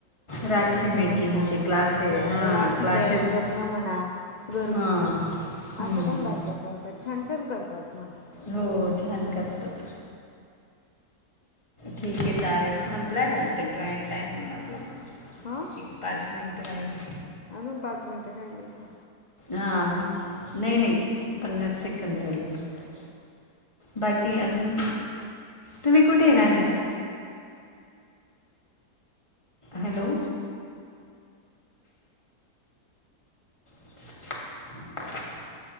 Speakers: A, on the left; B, on the left.
A: राखी
B: विकणं
A: मेकिंगचे
B: म्हणा.
A: क्लासेस हां
B: राखी
A: क्लासेस
B: तयार करणं म्हणा घरगुती
A: हां हम्म.
B: असं पण बायका आहे. करतात छान छान करतात पण
A: हो छान
B: असं.
A: करतात ठीक आहे चालेल
B: असं
A: संपलाय वाटतं टायमिंग आपला.
B: हा.
A: एक पाच मिनटं राहिले.
B: अजून पाच मिनटं राहिले कां.
A: हां नाही नाही पन्नास सेकंद राहिलेत फक्त. बाकी अजून तुम्ही कुठे राहायला? हॅलो. हं.